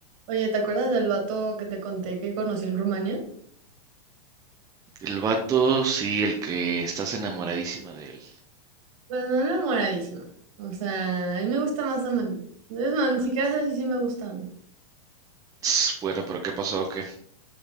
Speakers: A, on the right (about 55°); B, on the right (about 15°).
A: Oye, ¿te acuerdas del vato que te conté que conocí en Rumania?
B: El vato, sí, el que estás enamoradísima de él.
A: Pues no enamoradísima. O sea, a mí me gusta más o menos. Es más, ni siquiera sé si sí me gustan.
B: Ts, Bueno, pero ¿qué pasó? ¿O qué?